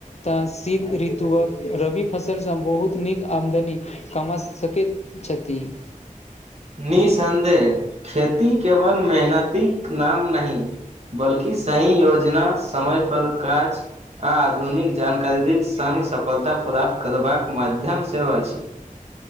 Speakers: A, on the left; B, on the right.
A: तऽ शीत ऋतुक रबी फसल स बहुत नीक आमदनी कमास सकेत छति <inaudible>
B: निःसन्देह खेती केवल मेहनतिक नाम नहीं बल्कि सही योजना समय पर काज आ आधुनिक जानकारे संग सफलता प्राप्त करबाक माध्यम सेहो अछि।